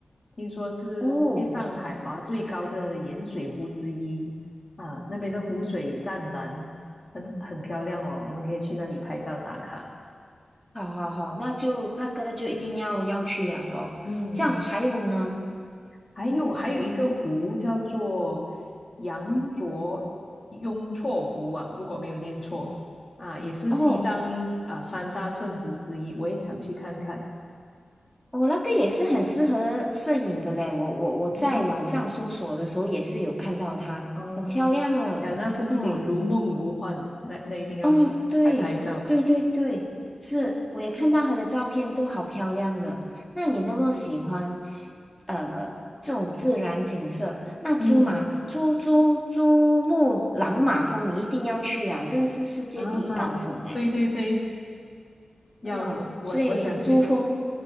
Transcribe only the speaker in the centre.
哦。
好好好，那就那个就一定要要去了咯。
这样还有呢？
哦，
我、那个也是很适合摄影的嘞。我我我在网上搜索的时候也是有看到它，
很漂亮了。
嗯，
哦，对对对对，是，我也看到它的照片，都好漂亮的。那你那么喜欢
呃这种自然景色，那珠马珠珠珠穆朗玛峰你一定要去了，
这是世界第一高峰哎。
啊，所以珠峰，